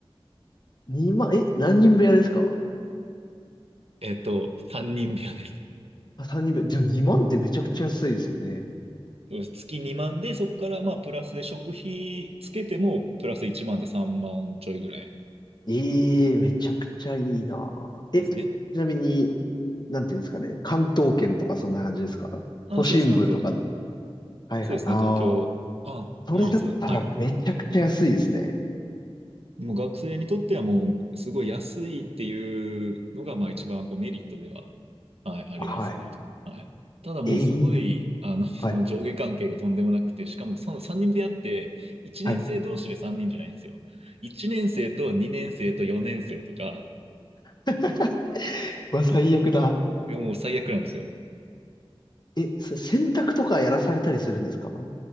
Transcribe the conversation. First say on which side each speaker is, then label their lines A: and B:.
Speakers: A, on the left; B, on the right.
A: 2万、え、何人部屋ですか
B: えっと、3人部屋です。
A: あ、3人部屋。でも2万ってめちゃくちゃ安いですよね。
B: そうです月2万で、そこからまあ、プラスで食費つけても、プラス1万で3万ちょいぐらい。
A: ええめちゃくちゃいいな。え、
B: そうですね。
A: ちなみに、なんていうんですかね。関東圏とかそんな感じですか都心部とか。
B: ああ、そうです、関東。
A: はいはい。
B: そうですね、
A: ああ、
B: 東京。ああ、
A: それだったらめちゃくちゃ安いですね。
B: まあ、そう、ですはい。もう学生にとってはもうすごい安いっていうのがまあ一番こうメリットでは、はい、ありますね。
A: はい。
B: はい。ただもうすごい、
A: え、いいな。
B: あの、<laughs>
A: はい。
B: 上下関係がとんでもなくて、しかもその3人でやって、1年生同士で3人じゃないんですよ。
A: はい。
B: 1年生と2年生と4年生とか、
A: <laughs> うわ、最悪だ。
B: もう最悪なんですよ。
A: え、それ洗濯とかやらされたりするんですか